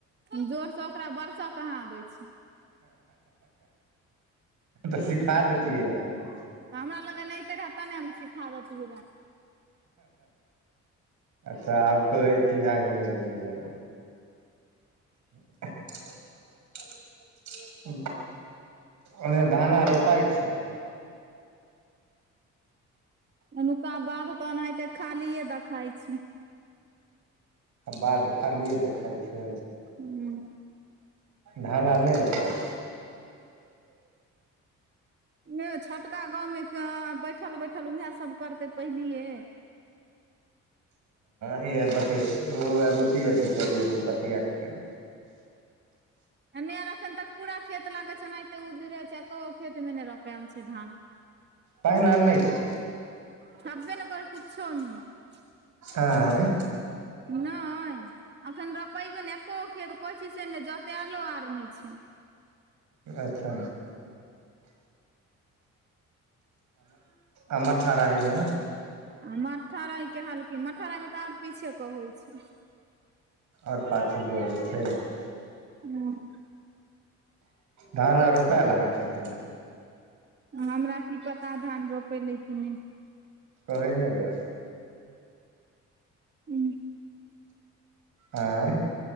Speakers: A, on the right; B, on the right.
A: हम जोरसँ ओकरा वरसऽ कहाँ आबै छी
B: तऽ सीखा दतियै रहै ने
A: तऽ हमरा लगन अयइतै रहए तब ने हम सिखा देत रहऽ
B: अच्छा आब कहै छी अहाँ के लगन जाय लए <inaudible> ओनेय धान रोपाय छै
A: एनुका बाध तनाहिते खालिए देखाइ छै
B: बाध खालिए देखाइ छै
A: हूंम्म
B: धान आर नहि रोपाइ
A: यौ छोटका गाँवमे बैठल बैठल उएह सब करतै पहिलिये
B: हैये बतिया रोटी अथी करैये तऽ ओ बतियेत केना <inaudible>
A: एन्ने आर एखन तक पूरा खेत लागै छै ओनाहिते उजरै छै एको खेत मे नहि रोपेल छै धान
B: पानि आर नहि छै
A: छब्बे ने कर कुछो नहि
B: आँय
A: नहि अखन रपैबे ने एकोगो खेत कहै छी से नहि जोतेलो आर नहि छै
B: अच्छा आ मट्ठाराहीमे
A: आ मट्ठाराहीमे के हाल की मट्ठाराहीमे मे तऽ आओर पीछे के होइ छै
B: आओर पाछू कऽ होैइ छै
A: हूंम्म
B: धान आ रोपायल अहाँ खेतमे
A: हमरा कि पता धान रोपैले कि नहि
B: कहै नहि ये
A: उंहूँ
B: आँय